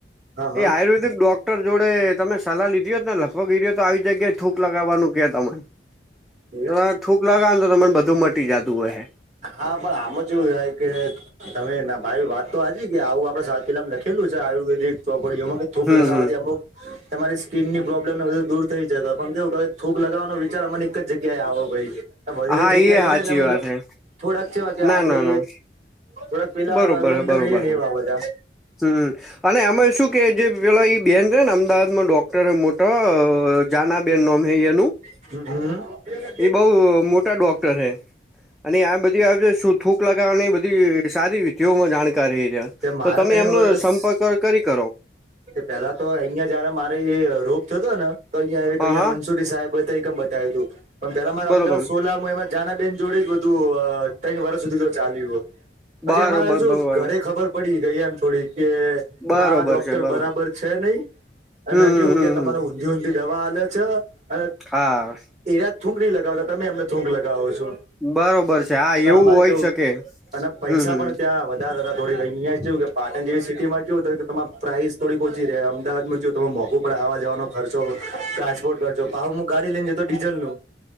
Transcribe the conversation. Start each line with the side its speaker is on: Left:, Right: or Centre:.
Right: હા
Centre: એ આયુર્વેદિક ડોક્ટર જોડે તમે સલાહ લીધી હોત ને લખો ગીરી્યો તો આવી જગ્યાએ થૂક લગાવવાનુ કે તમારે
Right: હા
Centre: તો થૂક લાગાવ ને તો તને બધું મટી જતું હોય, હ
Right: હા, પણ આમ જ એવું થાય કે તમે ના ભાઈ વાત તો હજી કે આવું આપણે સાાત પેલા લખેલું છે. આયુર્વેદિક તો વળી એમાં થૂક
Centre: હમ
Right: લગવાથી
Centre: હમ
Right: અમુક તમારી સ્કીિનની પ્રોબ્મને બધું દૂર થઈ જ પણ કેવું થૂક લગાવવાનો વિચાર મને જ જગ્યા આવો ભાઈ બધી
Centre: હા
Right: જગ્યા
Centre: એ
Right: લગે
Centre: હાચી
Right: ને મતલબ
Centre: વાત હે
Right: થોડાક છેવા કે
Centre: ના
Right: આપડે
Centre: ના ના
Right: થોડાક પેલા
Centre: બરોબર
Right: વંદગ
Centre: હે બરોબર
Right: એ ન
Centre: હે
Right: એવા બધા
Centre: હમ અને એમાં શું કે જે પેલા બેહેન છેને, અમદાવાદમા ડોક મોટ મોટો જાના બે નમનુ
Right: હમ્મ
Centre: એ બઉ મોટા ડોક્ટર છે અને આ બધી આવે શું થૂક લગાવવાની એ બધી સારી વિધિઓમાં જાણકાર એ છે,
Right: કે મારા
Centre: તો તમે
Right: ત્રણ
Centre: એમનો
Right: વરસ
Centre: સંપર્ક કરી કરો
Right: પેલા તો અહિયા જયારે, મારે રોગ થયોતો ને તો અહિયાં
Centre: હા
Right: અહયા
Centre: હા
Right: મનસુરી સાહેબ મ બતાવ્યું હતુ, પણણ પેલા મારે
Centre: બરોબર
Right: અમદાવાદ સોલા એમાં જાના બેેન જોડે જ બધું ત્ર વર્ષ સુધી તો ચાલ્યું હો પછી
Centre: બરોબર
Right: અમારે શું
Centre: બરોબર
Right: ઘરે ખબર પડી ગઈ એમ થોડી કે
Centre: બરોબર
Right: આ ડોક્ટર
Centre: છે.
Right: બરાબર
Centre: બરોબર
Right: છે, નહી અને
Centre: હમ હમ
Right: કેવું
Centre: હમ
Right: કે તમારે
Centre: હમ
Right: ઊંધી ઊંધી દવા આ છે અને
Centre: હા
Right: એરાજ થૂંક નહી લગાવતા તમે એમને થૂંક લગાવો છો.
Centre: બરોબર છે હા
Right: એટલે
Centre: એવું
Right: અમારે
Centre: હોય
Right: જેવ
Centre: શકે
Right: અને પૈસા
Centre: હમ હમ
Right: પણ ત્યાં વધ દા થોક અહીંયા કે પાટણ જેવી સિટીમાં કેું કે તમામે પ્રાઇસ થોડીક ઓછી રહે અમદાવાદમાં જો તમે મોકું પડેવા જવાનો ખર્ચો ટ્રાન્સપોર્ટ કર જોાાવ હુ ગાડી લઈને જ તો ડીઝલ નુ